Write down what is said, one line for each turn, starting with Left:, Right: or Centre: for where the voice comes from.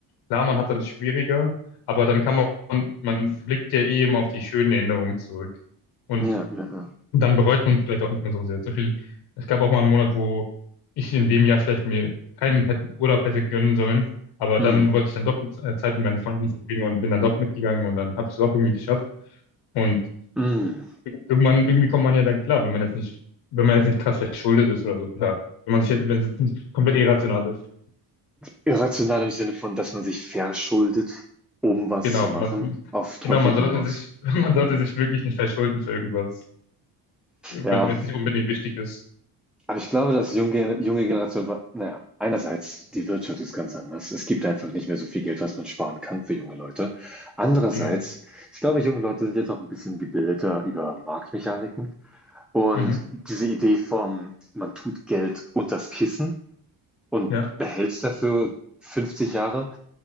Left: klar, man hat dann schwieriger, aber dann kann man, man blickt ja eh immer auf die schönen Erinnerungen zurück. Und
Centre: ja, ja, ja.
Left: dann bereut man vielleicht auch nicht mehr so sehr. Zum Beispiel, es gab auch mal einen Monat, wo ich in dem Jahr vielleicht mir keinen hätte, Urlaub hätte gönnen sollen, aber
Centre: Hm,
Left: dann wollte ich dann doch mit, äh, Zeit mit meinen Freunden verbringen und bin dann doch mitgegangen und dann habe ich es auch irgendwie geschafft. Und
Centre: hm.
Left: Irgendwann, irgendwie kommt man ja dann klar, wenn man jetzt nicht, wenn man jetzt nicht krass verschuldet ist oder so, klar. Wenn man sich jetzt, wenn es jetzt nicht komplett irrational ist.
Centre: Irrational im Sinne von, dass man sich verschuldet, um was
Left: Genau,
Centre: zu machen,
Left: man,
Centre: auf Teufel
Left: genau, man
Centre: komm
Left: sollte
Centre: raus.
Left: sich, <laughs> man sollte
Centre: Hm,
Left: sich wirklich nicht verschulden für irgendwas, wenn,
Centre: ja,
Left: wenn es nicht unbedingt wichtig ist.
Centre: aber ich glaube, dass junge junge Generation war na ja, einerseits die Wirtschaft ist ganz anders. Es gibt einfach nicht mehr so viel Geld, was man sparen kann für junge Leute. Andererseits,
Left: Genau.
Centre: ich glaube, junge Leute sind jetzt auch ein bisschen gebildeter über Marktmechaniken. Und
Left: Mhm.
Centre: diese Idee von, man tut Geld unters Kissen und
Left: Ja,
Centre: behält es dafür 50 Jahre,